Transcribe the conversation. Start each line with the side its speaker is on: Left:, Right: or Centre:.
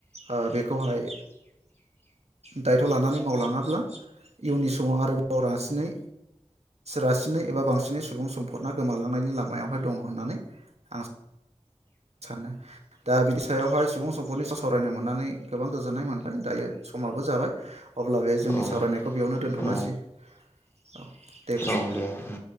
Right: ओ बेखौहाय। दायथ लानानै मावलाङाब्ला इयुननि समाव आरोबाव रासिनै रासिनै एबा बांसिनै सुबुं सम्फदना गोमालांनायनि लामायावहाय दङ होननानै आं सानो। आ सानो दा बिनि सायावहाय सुबुं सम्फनि सावरायनो मोननानै गोबां गोजोननाय मोनबाय दायो समाबो जाबाय अब्ला बे जोंनि
Left: औ
Right: सावरायनायखौ बेयावनो दोनथनोसै
Left: औ
Right: औ दे गोजोन।
Left: औ दे उम